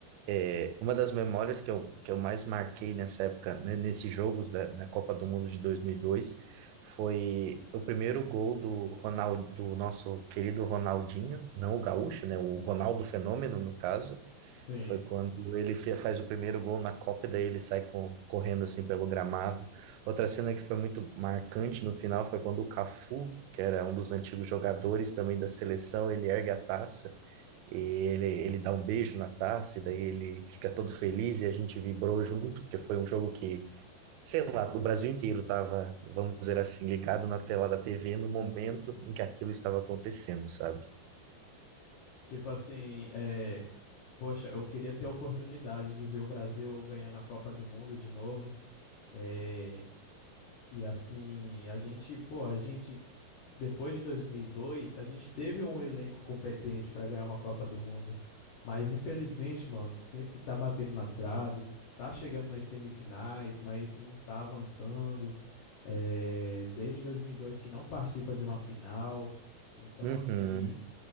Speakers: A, on the right; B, on the left.
A: É, uma das memórias que eu, que eu mais marquei nessa época, né, nesses jogos da, da Copa do Mundo de 2002, foi o primeiro gol do Ronaldo, do nosso querido Ronaldinho, não o gaúcho, né, o Ronaldo Fenômeno, no caso,
B: Sim.
A: foi quando ele fe- faz o primeiro gol na Copa, e daí ele sai co- correndo assim pelo gramado. Outra cena que foi muito marcante no final foi quando o Cafu, que era um dos antigos jogadores também da seleção, ele ergue a taça e ele, ele dá um beijo na taça, e daí ele fica todo feliz e a gente vibrou junto, porque foi um jogo que, sei lá, o Brasil inteiro estava, vamos dizer assim, ligado na tela da TV no momento em que aquilo estava acontecendo, sabe?
B: Tipo assim, é, poxa, eu queria ter a oportunidade de ver o Brasil ganhando a Copa do Mundo de novo. É, e assim, a gente, pô, a gente, depois de 2002 a gente teve um elenco competente para ganhar uma Copa do Mundo. Mas infelizmente, mano, sempre tá batendo na trave, tá chegando nas semifinais, mas não tá avançando. É, desde 2002 que não participa de uma final. Então,
A: Uhum.
B: assim.